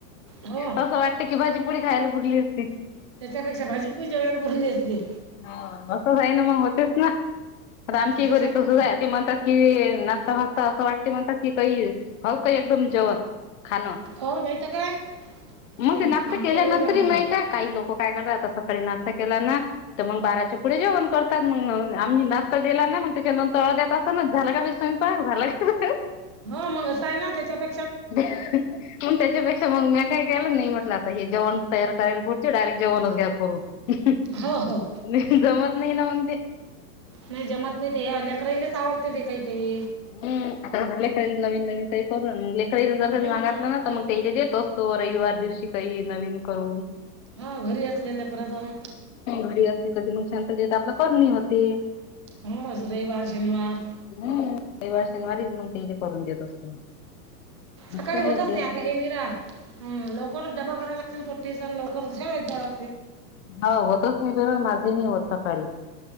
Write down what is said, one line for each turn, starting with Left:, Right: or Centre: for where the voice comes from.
Right: हो.
Left: तसं वाटत की, भाजीपोडी खायला बुरली असती.
Right: त्याच्यापेक्षा भाजी पोली जेवायला पुरली असती.
Left: हा असं जाई ना मग होतेच ना, आता आमची
Right: त्याच्याच्यानं
Left: घरी तसंच
Right: मग
Left: आहे म्हणतात की नाचता फचता असं वाटते म्हणतात, की काही हव काही एकदम जेवा. खाण,
Right: खाऊ नाही तर काय
Left: मग
Right: आमच्या
Left: ते नाश्ता केल्यानंतरही
Right: घरी त्या मा
Left: नाही का काही लोकं. हो काय करता आता सकाळी नाश्ता केला ना, तर मग बाराच्या पुढे जेवण करतात. मग आम्ही नाश्ता दिला ना मग, जेवन कवा देतासा मग, झालं का बी स्वयंपाक झालं का,
Right: ह मग असं आहे ना, त्यांच्यापे
Left: <unintelligible> पण त्यांच्यापेक्षा मग मी काही केलं नाही म्हटलं, आता हे जेवन तयार करायला पुरते डायरेक्ट जेवणचं घ्या करून. नाही
Right: हो हो
Left: जमत, नाही ना मग ते
Right: नाही जमत नाही ते हे, लेकरेल आवडते ते काही काही.
Left: हम.. आता लेकरेल नवीन नवीन काही करून, लेकरेल जर
Right: हम्म
Left: घरी मागातलं ना
Right: पोळी
Left: तर मग ते देतो. तो रविवार दिवशी काही नवीन करून.
Right: हो. घरी असलेल्या प्रथम.
Left: घरी असते कधी मग, शांतेत आपलं करणी होते.
Right: मच रविवार, शनिवार.
Left: हम रविवार शनिवारीच मग तेले करून देत असतो. मस्त
Right: सकाळी
Left: आहे
Right: होतच
Left: ते
Right: नाही आता, हे मीरा लवकरच डबा करायला लागतो <unintelligible> ती जण लवकर शाळेत जाव लागते.
Left: हो, होतच नाही खरं, माझे ही होत नाही सकाळी.